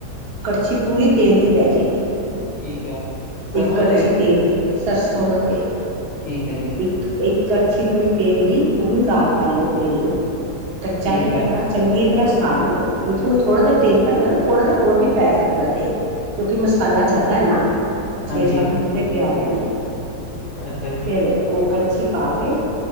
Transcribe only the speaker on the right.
ਕੜਛੀ ਪੂਰੀ ਤੇਲ ਦੀ ਪੈ ਜੇਗੀ।
ਇੱਕ ਕੜਛੀ
ਤੇਲ ਦੇ ਸਰਸੋਂ ਦਾ ਤੇਲ
ਇੱਕ ਕੜਛੀ ਪੂਰੀ ਤੇਲ ਦੀ ਉਹਨੂੰ ਲਾਲ ਕਰ ਲਓ ਤੇਲ ਨੂੰ ਕੱਚਾ
ਨੀ ਕਰਨਾ।
ਚੰਗੀ ਤਰ੍ਹਾਂ ਸਾੜ ਲਉ ਜੇ ਤੁਹਾਨੂੰ ਥੋੜ੍ਹਾ ਜਿਹਾ ਤੇਲ ਘੱਟਦਾ ਥੋੜ੍ਹਾ ਜਿਹਾ ਹੋਰ ਵੀ ਪੈ ਸਕਦਾ ਤੇਲ ਕਿਉਂਕਿ ਮਸਾਲਾ ਜਾਦਾ ਹੈ ਨਾ ਛੇ
ਸੱਤ ਬੂਟੇ ਪਿਆਜ ਦੇ ਨੇ।
ਫੇ ਦੋ ਓ ਕੜਛੀ ਪਾ ਕੇ